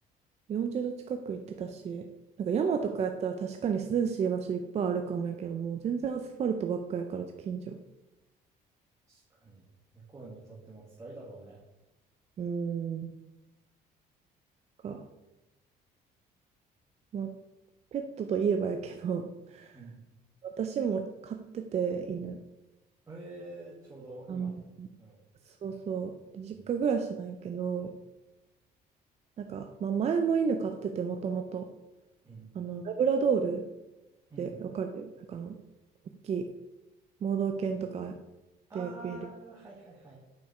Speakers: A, on the right; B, on the right.
A: 40度近く行ってたし、なんか山とかやったら確かに涼しい場所いっぱいあるかもやけど、もう全然アスファルトばっかやから、近所。
B: 確かに。猫にとっても辛いだろうね。
A: うーん。か、まあ、ペットといえばやけど、
B: うん。
A: <laughs> 私も飼ってて、犬。
B: えー、ちょうど今。
A: あの、
B: うん。
A: そうそう。で実家暮らしなんやけど、
B: うん。
A: なんか、まあ、前も犬飼ってて、もともと、
B: うん。
A: あの、ラブラドール
B: うん。
A: ってわかるなんかあの、大きい、盲導犬とか
B: ああー、
A: でよくいる、
B: はいはいはい。